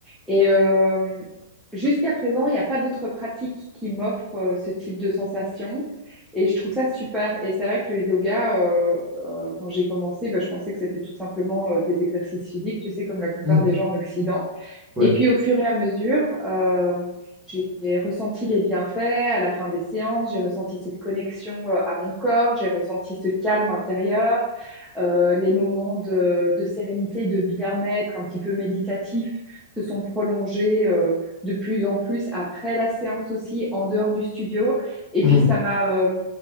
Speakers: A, in the centre; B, on the right.
A: Et euh, jusqu'à présent, il n'y a pas d'autres pratiques qui m'offrent euh, ce type de sensation. Et je trouve ça super. Et c'est vrai que le yoga, euh, euh, quand j'ai commencé, ben, je pensais que c'était tout simplement euh, des exercices physiques, tu sais, comme la plupart
B: Mhm.
A: des gens en Occident.
B: Ouais.
A: Et puis au fur et à mesure, euh, j'ai ressenti les bienfaits à la fin des séances, j'ai ressenti cette connexion euh, à mon corps, j'ai ressenti ce calme intérieur, euh, les moments de, de sérénité, de bien-être un petit peu méditatif se sont prolongés euh, de plus en plus après la séance aussi, en dehors du studio. Et
B: Mhm.
A: puis ça m'a, euh,